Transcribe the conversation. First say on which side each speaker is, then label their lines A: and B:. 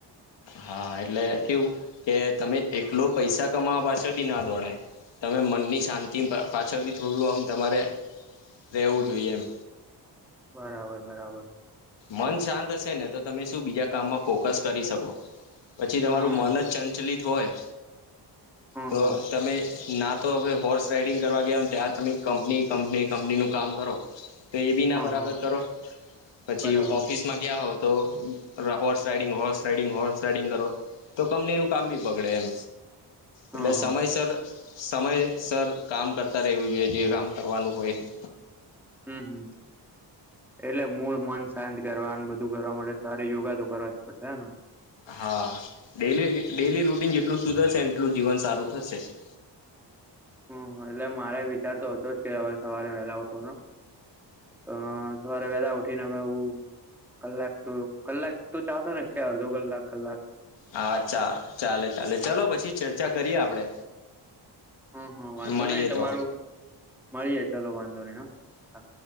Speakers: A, on the left (about 85°); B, in the centre.
A: હા એટલે કેવું કે તમે
B: હમ્મ
A: એકલો પૈસા કમાવા પાસે બી ના દોડાય તમે મનની શાંતિ પાછળ બી થોડું આમ તમારે રેવું જોઇ એ એમ.
B: બરાબર બરાબર.
A: મન શાંત હશે ને તો તમે શું બીજા કામમાં ફોકસ કરી શકો. પછી તમારું
B: હમ્મ
A: મન જ ચંચલિત હોય
B: હા
A: તો
B: હા
A: તમે ના તો હવે હોર્સ રાઈડિંગ કરવા ગયા હો ને ત્યાં તમે કંપની કંપની કંપની નું કામ કરો તો એ બી ના
B: હા
A: બરાબર
B: હા
A: કરો પછી
B: બરાબર
A: ઓફિસમાં ગયા તો horse riding horse riding horse riding કરો. તો કંપની નું કામ બી બગડે એમ.
B: હા
A: એટલે
B: હા
A: સમયસર સમયસર કામ કરતા રહેવું જોઈએ જે કામ કરવાનું હોય. <inaudible>
B: હમ હમ એટલે મૂળ મન શાંત કરવા બધું કરવા માટે સારી યોગા તો કરવા જ પડશે હેને.
A: હા ડ ડેલી રૂટીન જેટલું સુધરશે એટલું જીવન સારું થશે. <inaudible>
B: હમ્મ એટલે મારે વિચાર તો હતો જ કે હવે સવારે વહેલા ઉઠવાનો અ સવારે વેલા ઉઠીને અમે હું કલાક તો કલાક તો ચાતા ને કે અડધો કલાક કલાક
A: હા ચા ચાલે ચાલે ચાલો પછી ચર્ચા કરીએ આપડે.
B: હમ્મ હમ્મ હા વાંધો
A: મળીએ
B: નહી તમારું
A: તો
B: મળીએે ચલો વાંધો નહી હ હા.